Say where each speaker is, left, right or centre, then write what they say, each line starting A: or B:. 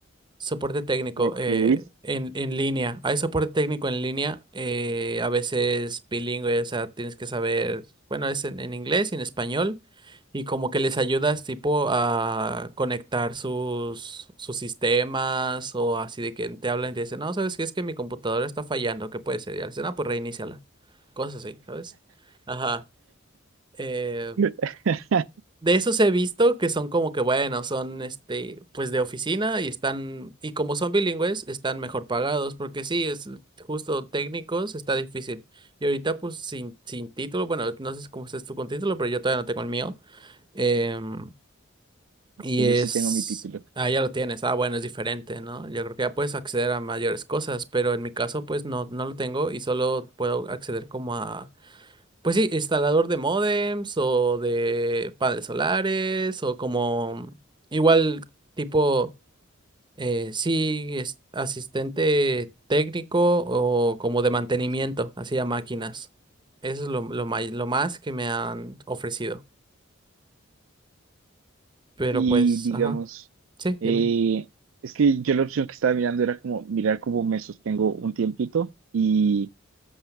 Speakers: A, on the right (about 25°); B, on the right (about 70°).
A: Soporte técnico
B: Ok.
A: eh, en, en línea. Hay soporte técnico en línea, eh, a veces bilingüe, o sea, tienes que saber, bueno, es en, en inglés y en español, y como que les ayudas tipo a conectar sus, sus sistemas o así de que te hablan y te dicen, no, ¿sabes qué? Es que mi computadora está fallando, ¿qué puede ser? Y al dicen, ah, pues reiníciala. Cosas así, ¿sabes? Ajá. eh,
B: <laughs>
A: de esos he visto que son como que, bueno, son este, pues de oficina y están, y como son bilingües, están mejor pagados, porque sí, es justo técnicos, está difícil. Y ahorita, pues, sin, sin título, bueno, no sé cómo estás tú con título, pero yo todavía no tengo el mío. em, y
B: Yo
A: es,
B: sí tengo mi título.
A: ah, ya lo tienes, ah, bueno, es diferente, ¿no? Yo creo que ya puedes acceder a mayores cosas, pero en mi caso, pues, no, no lo tengo y solo puedo acceder como a pues sí, instalador de módems o de paneles solares o como igual tipo, eh, sí, es- asistente técnico o como de mantenimiento, así a máquinas. Eso es lo, lo, may- lo más que me han ofrecido. Pero
B: Y
A: pues,
B: digamos,
A: ajá, sí,
B: eh,
A: dime.
B: es que yo la opción que estaba mirando era como mirar cómo me sostengo un tiempito y